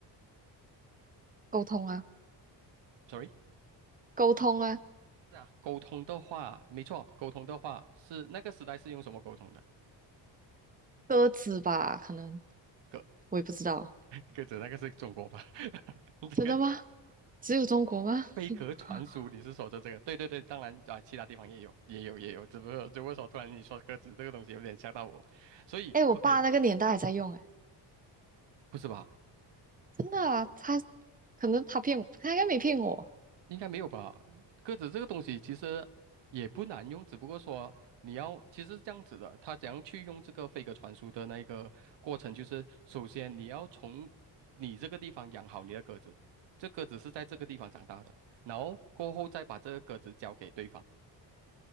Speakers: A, on the right; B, on the right.
A: 沟通啊，
B: ？Sorry，
A: 沟通啊，
B: 是啊，沟通的话，没错，沟通的话是那个时代是用什么沟通的？
A: 鸽子吧，可能
B: 鸽
A: 我也不知道。
B: 鸽子那个是中国吧？<laughs> 这个
A: 真的吗？只有中国吗？
B: 飞鸽传书，
A: <laughs>
B: 你是说的这个？对对对，当然啊，其他地方也有，也有也有，只不过只不过说突然你说鸽子这个东西有点吓到我，所以
A: 哎，我爸那个年代还在用，
B: OK，
A: 哎，
B: 不是吧？
A: 真的啊，他可能他骗我，他应该没骗我。
B: 应该没有吧？鸽子这个东西其实也不难用，只不过说你要其实是这样子的，它怎样去用这个飞鸽传书的那一个过程，就是首先你要从你这个地方养好你的鸽子，这鸽子是在这个地方长大的，然后过后再把这个鸽子交给对方，